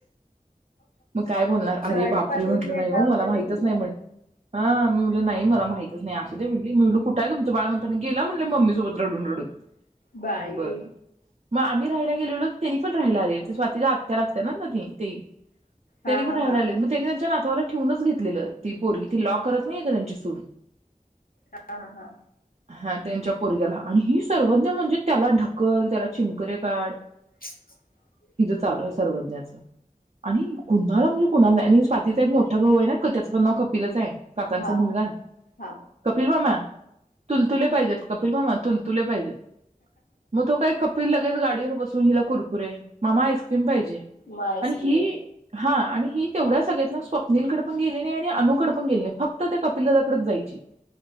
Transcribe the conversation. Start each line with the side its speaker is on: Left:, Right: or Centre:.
Right: मग काय बोलणार? अरे
Left: शाळेत
Right: बापरे
Left: पाठवून
Right: म्हटलं
Left: द्यायचं
Right: नाही ओ मला
Left: अवघड
Right: माहितच
Left: आहे कि मग.
Right: नाही म्हण हा मी म्हटलं नाही मला माहितच नाही <unintelligible> मी म्हटलं कुठाय तुमच बाळ? गेला म्हणल, मम्मी सोबत रडून. रडून.
Left: बाई
Right: बर मग आम्ही गेलेलो त्यांनी पण राहिला आलेले. स्वातीच्या आत्या लागत ना ति त्यांनी
Left: हा
Right: पण
Left: हा
Right: राहायला
Left: हा
Right: आलेत मग त्यांनी नातवाला ठेवूनच घेतलेल. ती पोरगी ती लॉ करत नाही का? त्यांची सून
Left: हा. हा.
Right: हा त्यांच्या पोरग्याला आणि ही सर्वज्ञा म्हणजे त्याला ढकल, त्याला चिमकरे काढ, -
Left: <inaudible>
Right: हिज चालू आहे. सर्वज्ञाच आणि कुणाला म्हणजे कुणाला नाही आणि स्वातीचा एक मोठा भाऊ आहे ना त्याच पण नाव कपिलच आहे. काकांचा
Left: हा
Right: मुलगा.
Left: हा हा
Right: कपिल मामा. तुलतुले पाहिजेत. कपिल मामा तुलतुले पाहिजेत मग तो काय खप लगेच गाडीवर बसून हिला कुरकुरे, मामा आईस्क्रीम पाहिजे
Left: मग आईस्क्रीम
Right: आणि ही हा. आणि ही तेवढ्या सगळ्यातना स्वप्नीलकडे पण गेली नाई आणि अनूकडे पण गेले नाई फक्त त्या कपिल दादा कडच जायची.